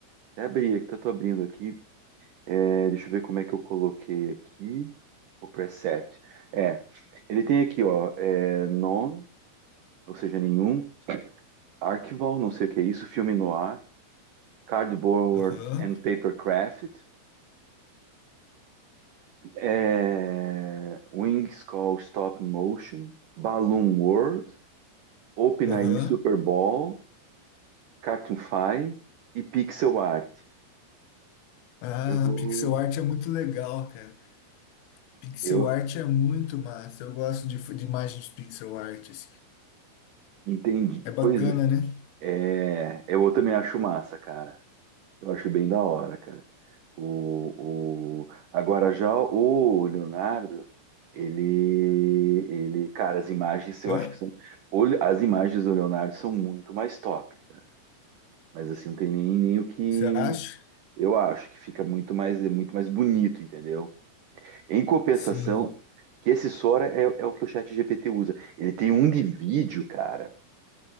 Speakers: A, on the right (about 80°); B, on the left (about 85°).
A: até abri, até tô abrindo aqui. É, deixa eu ver como é que eu coloquei aqui o preset. É, ele tem aqui, ó, é, none, ou seja, nenhum. Archival, não sei o que é isso, filme no ar, Cardboard
B: Aham,
A: and Paper Craft, é, Wings Call Stop Motion, Balloon World, OpenAI
B: aham.
A: Super Bowl, Cartoonfy e Pixel Art.
B: Ah,
A: Eu vou,
B: pixel art é muito legal, cara. Pixel
A: eu
B: art é muito massa. Eu gosto de, de imagens pixel art, assim.
A: entendi.
B: É bacana,
A: Pois
B: né?
A: é, é, eu também acho massa, cara. Eu acho bem da hora, cara. O, o... Agora já o Leonardo, ele, ele, cara, as imagens eu
B: Hã?
A: acho que são. o- As imagens do Leonardo são muito mais top, cara. Mas assim, não tem nem, nem o que.
B: Você acha?
A: Eu acho que fica muito mais, é muito mais bonito, entendeu? Em compensação,
B: Sim.
A: que esse Sora é, é o que o chat GPT usa. Ele tem um de vídeo, cara.